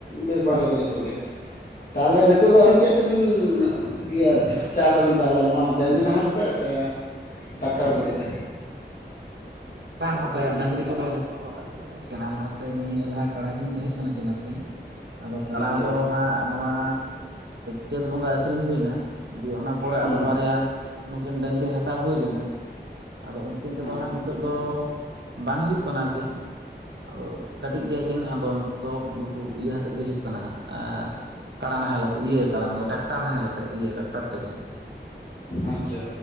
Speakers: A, on the left (about 45°); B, on the right (about 70°).
A: ᱵᱮᱥ ᱵᱟᱲᱟ ᱜᱮᱭᱟ ᱠᱚ ᱡᱚᱛᱚ ᱜᱮ ᱛᱟᱦᱚᱞᱮ ᱱᱤᱛᱚᱜ ᱫᱚ ᱟᱹᱞᱤᱧ ᱪᱮᱫ ᱛᱮᱵᱤᱱ <unintelligible> ᱤᱭᱟᱹ ᱪᱟᱥ ᱟᱵᱤᱱ ᱛᱟᱦᱚᱞᱮ ᱱᱚᱣᱟ ᱰᱟᱹᱟᱝᱨᱤ ᱱᱟᱦᱮᱞ ᱛᱮ ᱥᱮ ᱴᱨᱟᱠᱴᱟᱨ ᱜᱟᱹᱰᱤ ᱛᱮ?
B: ᱵᱟᱝ ᱜᱚᱝᱠᱮ ᱰᱟᱹᱝᱨᱤ ᱠᱚᱫᱚ ᱡᱚᱛᱚ ᱟᱠᱷᱨᱤᱧ ᱦᱩᱭ ᱟᱠᱟᱱᱟ ᱞᱟᱦᱟᱛᱮ ᱱᱤᱭᱟᱹ ᱞᱟᱦᱟ ᱠᱟᱲᱟ ᱠᱤᱱ ᱛᱟᱦᱮᱸ ᱠᱟᱱᱟ ᱠᱤᱱ ᱟᱨᱠᱤ ᱟᱫᱚ ᱠᱟᱲᱟ
A: ᱟᱪᱪᱷᱟ
B: ᱫᱚ ᱦᱟᱸᱜ ᱱᱚᱣᱟ ᱪᱟᱹᱛ ᱵᱚᱸᱜᱟ ᱟᱹᱠᱷᱨᱤᱧ ᱦᱩᱭ ᱮᱱᱟ ᱫᱤᱭᱮ ᱚᱱᱟ ᱯᱚᱨᱮ
A: ᱦᱩᱸ
B: ᱟᱫᱚ ᱵᱟᱨᱭᱟ ᱱᱩᱠᱤᱱ ᱰᱟᱹᱝᱨᱤ ᱦᱟᱛᱟᱣ ᱦᱩᱭ ᱞᱮᱱᱟ ᱟᱫᱚ ᱩᱱᱠᱤᱱ ᱛᱮᱫᱚ
A: ᱦᱮᱸ
B: ᱦᱟᱸᱜ ᱱᱤᱛᱚᱜ ᱫᱚ ᱵᱟᱝ ᱦᱩᱭᱩᱜ ᱠᱟᱱᱟ ᱟᱨᱠᱤ ᱟᱫᱚ ᱠᱟᱹᱴᱤᱡ ᱜᱮᱭᱟ ᱠᱤᱱ ᱟᱫᱚ ᱱᱤᱛᱚᱜ ᱫᱚ ᱱᱩᱠᱩ ᱤᱭᱟᱹ ᱟᱛᱮᱫ ᱜᱮ ᱦᱩᱭᱩᱜ ᱠᱟᱱᱟ ᱟ...... ᱠᱟᱲᱟ ᱱᱟᱦᱮᱞ ᱟᱛᱮ ᱤᱭᱟ. ᱠᱟᱲᱟᱢ <unintelligible> ᱴᱟᱠᱴᱟᱨ ᱱᱟᱦᱮᱞ ᱟᱛᱮ ᱤᱭᱟᱹ ᱴᱟᱠᱴᱟᱨ ᱛᱮᱜᱮ
A: ᱟᱪᱪᱷᱟ